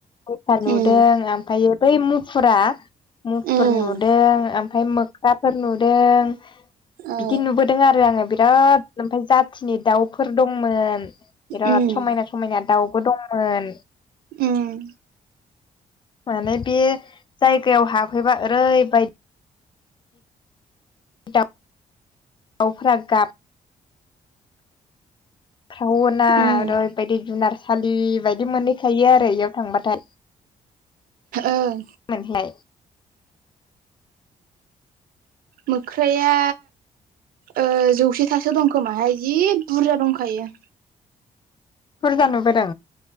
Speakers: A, on the left; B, on the right.
A: मोसा नुदों
B: उम
A: ओमफायो बै मुफुरा मुफुर
B: उम
A: नुदों ओमफाय मोख्राफोर नुदों
B: उम ओ
A: बिदि नुबोदों आरो आङो बिराद ओमफाय जाथिनि दाउफोर दंमोन बिराद
B: उम
A: समायना समायना दाउबो दंअमोन
B: उम
A: माने बे जायगायाव हाबफैबा ओरैबायदि दब दाउफोरा गाब ख्रावोना आरैबायदि
B: उम
A: जुनार थालि बायदि मोनहैखायो आरो बेयाव थांबाथाय
B: ओं
A: मोनालाय
B: मोख्राया ओ जौसेथासो दंखोमाहाय जि बुरजा दंखायो
A: बुरजा नुबायदों